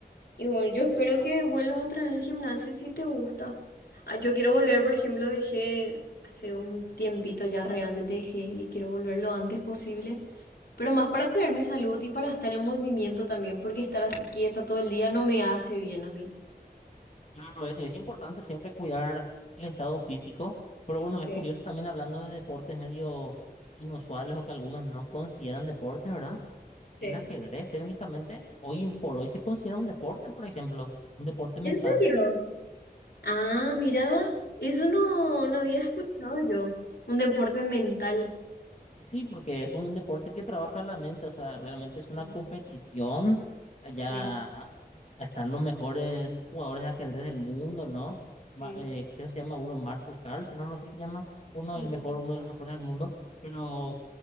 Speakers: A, on the left (about 80°); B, on the left (about 45°).
A: Y bueno, yo espero que vuelvas otra vez al gimnasio si te gusta. Ah, yo quiero volver, por ejemplo, dejé hace un tiempito ya realmente dejé y quiero volver lo antes posible, pero más para cuidar mi salud y para estar en movimiento también, porque estar así quieta todo el día no me hace bien a mí.
B: Claro, es, es importante siempre cuidar el estado físico, pero bueno, es
A: Sí,
B: curioso también hablando de deportes medio inusuales o que algunos no consideran deportes, ¿verdad?
A: sí.
B: El ajedrez técnicamente hoy por hoy se considera un deporte, por ejemplo, un deporte mental.
A: ¿En serio? Ah, mira, eso no, no había escuchado yo. Un deporte mental.
B: Y Sí, porque es un deporte que trabaja la mente, o sea, realmente es una
A: Sí,
B: competición. Allá
A: sí,
B: ah, están los mejores jugadores de ajedrez del mundo, ¿no? Ma-
A: sí,
B: eh, ¿qué se llama uno? Marcus Carlsen, ¿no? Algo así se llama. Uno,
A: sí,
B: el mejor,
A: sí.
B: uno de los mejores del mundo. Pero